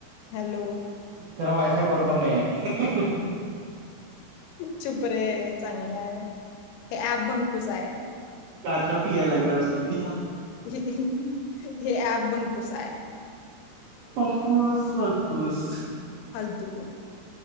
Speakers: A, on the left; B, on the right.
A: हॅलो
B: त्याला वायफाय बरोबर नाहीये.
A: चुपरे चांगलाय हे ऍप बंकूस आहे.
B: काचाा पिया लाग रयसने दि
A: ह हे ॲप बंकुस हाय.
B: पंकुश मकुश
A: फालतू